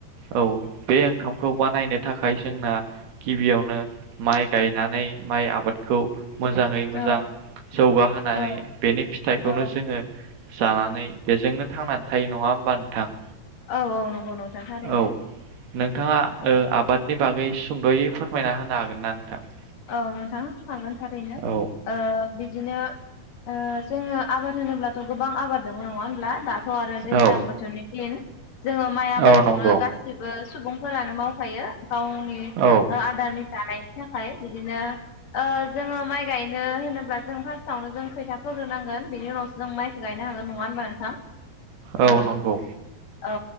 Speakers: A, on the right; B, on the left.
A: औ बे ओंखामखौ बानायनो थाखाय जोंना गिबियावनो माइ गायनानै माइ आबादखौ मोजाङै
B: औ
A: मोजां जौगाहोनानै
B: औ
A: बेनि फिथाइखौनो
B: औ
A: जोङो जानानै बेजोंनो थांनानै थायो नङा होमबा नोंथां?
B: औ औ नंगौ नोंथां थारैनो
A: औ नोंथाङा
B: औ।
A: ओ आबादनि बागै सुंद'यै फोरमायना होनो हागोन ना नोंथां?
B: औ नोंथां हागोन थारैनो
A: औ
B: ओ बिदिनो ओ जोङो आबाद होनोब्ला गोबां आबाद दङ नङा होमब्ला दाथ' आरो दैज्लां
A: औ
B: बोथोरनि दिन जोङो माइ आबादखौनो
A: औ नंगौ
B: गासिबो सुबुं फोरानो माव फायो गावनि
A: औ
B: आदारनि जानायनि थाखाय। ओ ओ जोङो माइ गायनो होनोब्ला जों फार्स्टआवनो जों खोथिया फोग्रोनांगोन बेनि उनावसो जों माइखौ गायनो हागोन नङा होमबा नोंथां?
A: औ
B: ओ
A: नंगौ
B: औ